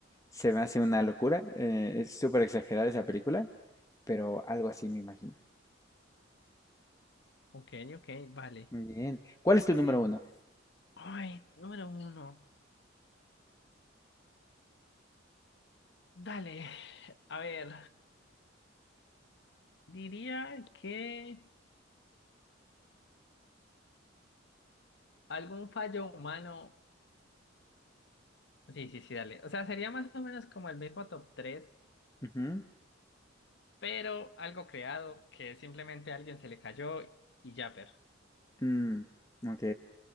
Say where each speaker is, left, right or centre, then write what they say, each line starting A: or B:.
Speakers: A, on the left (about 15°); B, on the left (about 60°).
A: Se me hace una locura. eh, es súper exagerada esa película, pero algo así me imagino.
B: Ok, ok, vale.
A: Muy bien. ¿Cuál es tu
B: Eh,
A: número uno?
B: Ay, número uno. Dale, a ver, diría que algún fallo humano. Sí, sí, sí, dale. O sea, sería más o menos como el mismo top 3,
A: Ujú.
B: pero algo creado que simplemente a alguien se le cayó y ya, pero.
A: Mm, ok,